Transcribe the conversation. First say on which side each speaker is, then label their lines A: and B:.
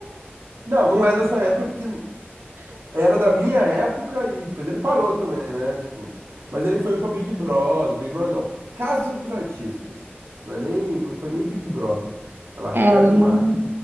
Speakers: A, on the right; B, on the right.
A: Não, não é da sua época, porque era da minha época e depois ele parou também, né? Tipo, mas ele foi pra Big Brother, Big Brother não, Casa dos Artistas. Não é nem, não foi nem Big Brother. Olha lá, Ricardo
B: É, eu não-
A: Mack.